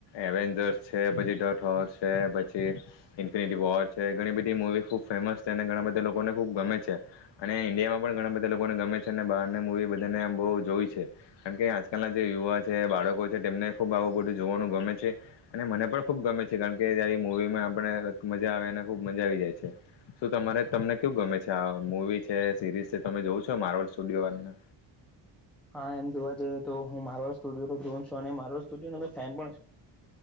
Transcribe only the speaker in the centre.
હા તો હું મારો સુ જો છું મારો ફ મ